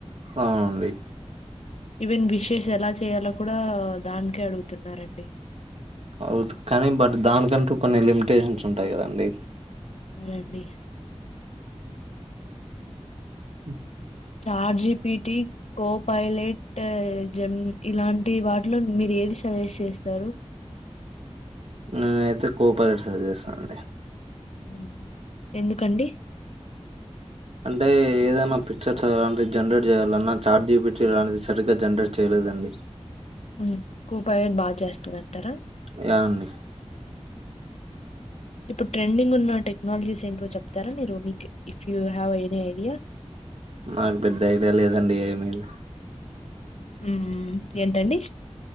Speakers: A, on the right; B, on the left.
A: అవునండి
B: ఈవెన్ విషేస్ ఎలా చేయాలో కూడా దానికే అడుగుతున్నారండి
A: అవుద్ కానీ బట్ దానికంటూ కొన్ని లిమిటేషన్స్ ఉంటాయి కదండి
B: అవునండి
A: ఉ
B: చార్జిపిటి కోప్ పైలెట్ జమ్ ఇలాంటి వాటిలో మీరు ఏది సజెస్ట్ చేస్తారు
A: నేను అయితే కోపరేట్ సజెస్ట్ చేస్తానండి
B: మ్ ఎందుకండి
A: అంటే ఏదైనా పిక్చర్స్ అలాంటి జనరేట్ చేయాలన్నా చార్ జీపిటి అలాంటిది సరిగ్గా జనరేట్ చేయలేదండి
B: ఉహు కొపాయి బాగా చేస్తదన్టనా
A: యా అండి
B: ఇప్పుడు ట్రెండింగ్ ఉన్న టెక్నాలజీస్ ఏంటో చెప్తారా మీరు మీక్ if you have any idea
A: నాకు పెద్ద ఐడియా లేదండి ఏమీయు
B: ఉహు ఏంటండి